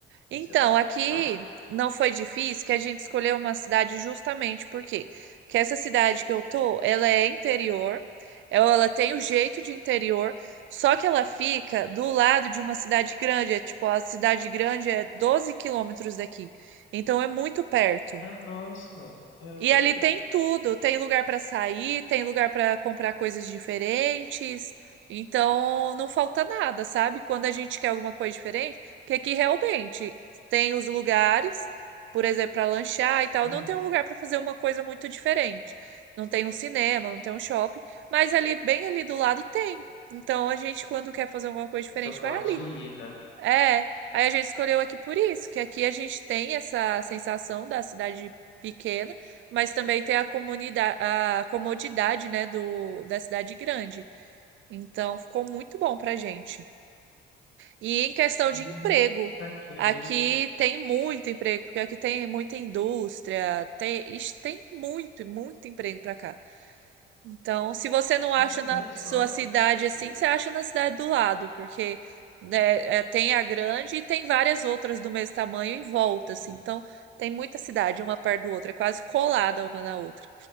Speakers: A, on the right; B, on the left.
A: Então,
B: pra você adaptar?
A: aqui não foi difícil que a gente escolheu uma cidade justamente porque que essa cidade que eu tô, ela é interior, ela ela tem o jeito de interior, só que ela fica do lado de uma cidade grande, é tipo, a cidade grande é 12 quilômetros daqui. Então é muito perto.
B: Ah, nossa, é
A: E
B: verdade.
A: ali tem tudo, tem lugar para sair, tem lugar para comprar coisas diferentes. Então, não falta nada, sabe? Quando a gente quer alguma coisa diferente, que aqui realmente tem os lugares, por exemplo, para lanchar e tal,
B: Uhum.
A: não tem um lugar para fazer uma coisa muito diferente. Não tem um cinema, não tem um shopping, mas ali bem ali do lado tem. Então, a gente quando quer fazer alguma coisa diferente,
B: Você pode
A: vai ali.
B: ir, né?
A: É, aí a gente escolheu aqui por isso, que aqui a gente tem essa sensação da cidade pequena, mas também tem a comunidade, a comodidade, né, do, da cidade grande. Então, ficou muito bom pra gente. E em questão de
B: Hum,
A: emprego,
B: saquei.
A: aqui tem muito emprego, porque aqui tem muita indústria, tem, ixi, tem muito, muito emprego pra cá. Então, se você não acha
B: Ah,
A: na
B: olha só.
A: sua cidade assim, você acha na cidade do lado, porque né, é, tem a grande e tem várias outras do mesmo tamanho em volta, assim. Então, tem muita cidade uma perto do outra, é quase colada uma na outra.